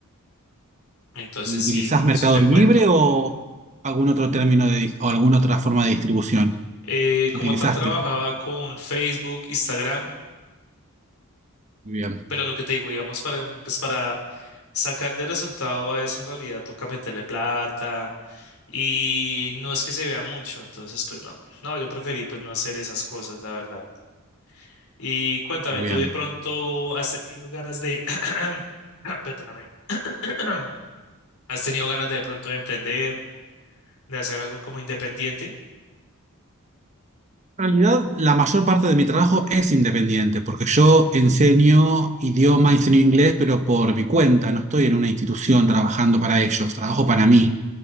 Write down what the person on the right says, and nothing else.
¿Y utilizás
Mercado
Libre
o algún otro término de, dis- o alguna otra forma de distribución?
Utilizaste.
Muy bien,
muy
bien.
En realidad, la mayor parte de mi trabajo es independiente, porque yo enseño idioma, enseño inglés, pero por mi cuenta, no estoy en una institución trabajando para ellos, trabajo para mí.